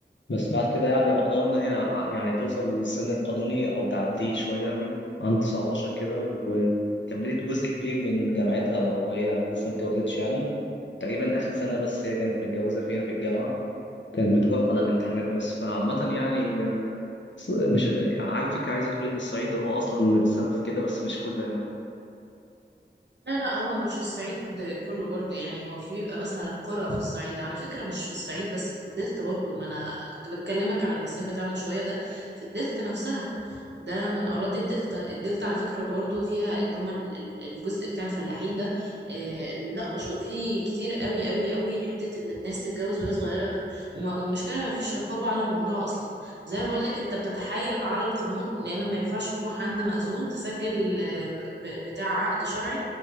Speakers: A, on the left; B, on the right.
A: بس بعد كده يعني اقنعوه ان هي ع- يعني توصل للسن القانوني او تعديه شويه يعني عن 19 كده وكملت جزء كبير من جامعتها وهي لسه ما اتجوزتش يعني تقريبا اخر سنه بس هي كانت متجوزه فيها في الجامعه كانت بتروح على الامتحانات بس فعامة يعني ص- مش عارفك عايزة تقولي إن الصعيد هو أصلا السبب في كده بس مش كله يعني
B: لا لا هو مش الصعيد كله برضو يعني هو في بيبقى مثلا قرى في الصعيد على فكرة مش في الصعيد بس في الدلتا برضو ما انا كنت بتكلمك على المثال بتاع من شوية ده في الدلتا نفسها ده من اراضي الدلتا الدلتا على فكرة برضو فيها اللي هما ال- ال- الجزء بتاع الفلاحين ده آه لا مشهور فيه كتير قوي قوي قوي حتة ان الناس تتجوز وهي صغيرة ده وما- ومشكلة ما فيش رقابة على الموضوع اصلا زي ما بقول لك انت بتتحايل على القانون لان ما ينفعش تروح عند مأذون تسجل آه، ب- بتاع عقد شرعي